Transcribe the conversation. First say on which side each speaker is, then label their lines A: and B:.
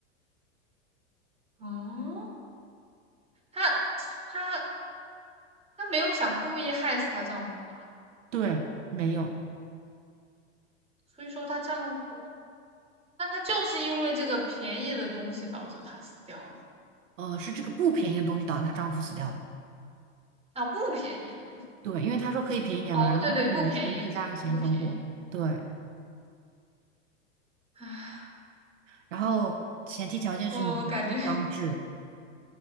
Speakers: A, on the right; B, on the right.
A: 嗯，她她她没有想故意害死她丈夫吧？
B: 对，没有，
A: 所以说她丈夫，那她就是因为这个便宜的东西导致她死掉了
B: 呃，是这个不便宜的东西导致她丈夫死掉的。
A: 啊，不便宜的东西。
B: 对，因为她说可以便宜点嘛，
A: 哦，
B: 然后那个人说一分价钱一分货。
A: 对对，不便宜，对对不便宜。
B: 对。
A: 唉，
B: 然后前提条件是年关将至，
A: 我感觉